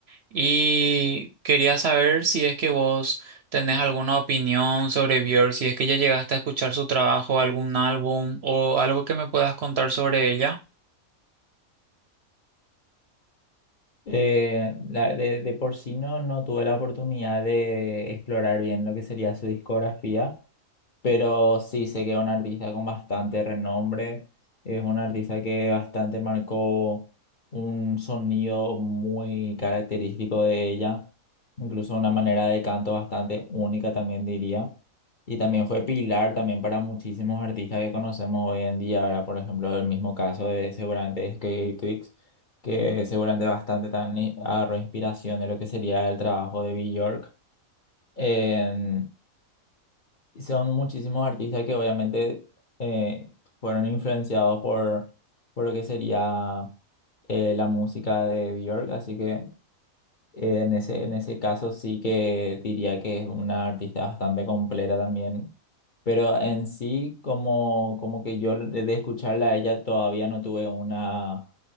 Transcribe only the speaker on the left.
Eh, la- de, de por sí no, no tuve la oportunidad de explorar bien lo que sería su discografía, pero sí sé que es un artista con bastante renombre, es un artista que bastante marcó un sonido muy característico de ella, incluso una manera de canto bastante única también diría, y también fue pilar también para muchísimos artistas que conocemos hoy en día, ahora por ejemplo el mismo caso de seguramente Skate que seguramente bastante también agarró inspiración de lo que sería el trabajo de Björk. Eh, son muchísimos artistas que obviamente eh, fueron influenciados por, por lo que sería eh, la música de Björk, así que eh, en ese, en ese caso sí que diría que es una artista bastante completa también. Pero en sí, como, como que yo de escucharla a ella todavía no tuve una